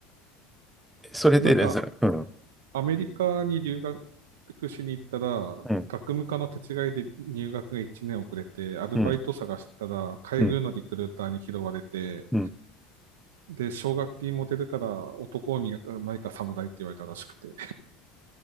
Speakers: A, in the centre; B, on the right.
A: それでですね。
B: なんか、
A: うん。
B: アメリカに留学しに行ったら、
A: うん。
B: 学務課の手違いで入学が1年遅れて、アルバイト探したら、
A: うん。
B: 海軍のリクルーターに拾われて、
A: うん。うん。
B: で、奨学金も出るから、男を磨かないか侍って言われたらしくて。